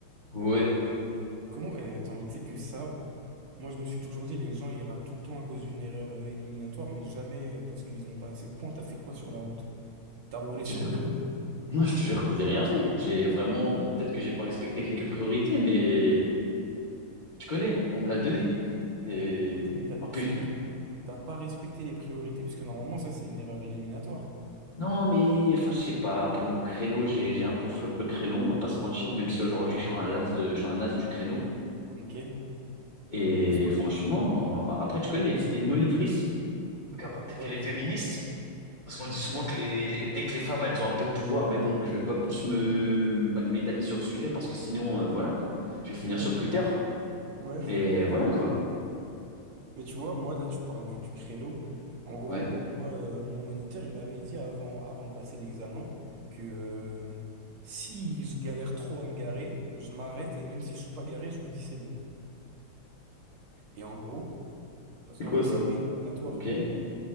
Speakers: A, on the left; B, on the right.
A: Ouais.
B: Comment? eh, attends, mais tu sais que ça. Moi, je me suis toujours dit, les gens, ils ratent tout le temps à cause d'une erreur euh, éliminatoire, mais jamais euh, parce qu'ils n'ont pas assez de points. T'as fait quoi sur la route? T'as roulé
A: Je
B: sur
A: te jure-
B: deux roues?
A: Non, je te jure que j'ai rien fait. J'ai vraiment, bon, peut-être que j'ai pas respecté quelques priorités, mais tu connais, on me l'a donné. Et
B: Attends, mais t'as-
A: en plus,
B: c'est-à-dire que t'as pas respecté les priorités, parce que normalement, ça, c'est une erreur éliminatoire.
A: non, mais enfin, je sais pas. Après mon créneau, j'ai j'ai un peu flop le créneau. On va pas se mentir, même si aujourd'hui je suis un las de, je suis un as du créneau.
B: Ok?
A: Et
B: Mais tu vois,
A: franchement,
B: là,
A: euh, après, tu
B: tu-
A: connais, c'était une monitrice. Donc après, peut-être
B: Ouais,
A: qu'elle est féministe, parce qu'on dit
B: ok,
A: souvent que les, les- dès que les femmes, elles ont un peu de pouvoir, mais bon, je vais pas plus me m- m'étaler sur le sujet, parce que sinon, euh, voilà, quoi. Je vais finir
B: ouais,
A: sur Twitter.
B: ouais.
A: Mais voilà, quoi.
B: Mais tu vois, moi, là, tu parles du, du créneau. En gros,
A: Ouais.
B: moi, euh, mon moniteur, il m'avait dit avant, avant de passer l'examen que euh, si je galère trop à me garer, je m'arrête et même si je suis pas garé, je lui dis c'est bon. Et en gros, Parce
A: C'est
B: qu'en
A: quoi
B: gros,
A: ça?
B: c'est pas éliminatoire.
A: Ok.